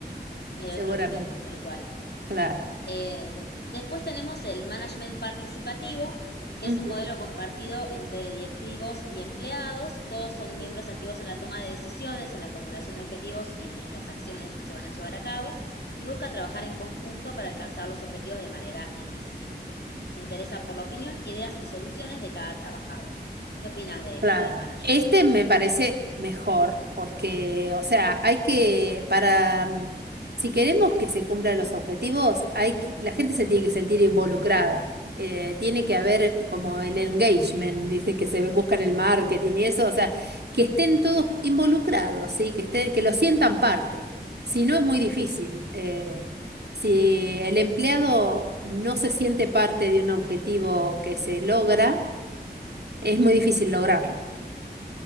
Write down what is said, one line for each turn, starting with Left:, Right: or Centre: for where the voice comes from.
Left: El
Right: seguramente.
Left: otro extremo, tal cual.
Right: Claro.
Left: Eh, después tenemos el management participativo, que
Right: Ujú.
Left: es un modelo compartido entre directivos y empleados. Todos son miembros activos en la toma de decisiones, en la formulación de objetivos y en las acciones que se van a llevar a cabo. Y busca trabajar en conjunto para alcanzar los objetivos de manera eficiente. Se interesa por la opinión, ideas y soluciones de cada trabajador. ¿Qué opinas de este
Right: Claro.
Left: management?
Right: Este me parece mejor porque, o sea, hay que, para, mm, si queremos que se cumplan los objetivos, hay que- la gente se tiene que sentir involucrada. Eh, tiene que haber como el engagement, dice que se busca en el marketing y eso, o sea, que estén todos involucrados, ¿sí? Que estén, que lo sientan parte. Si no, es muy difícil. Eh, si el empleado no se siente parte de un objetivo que se logra, es muy difícil lograrlo.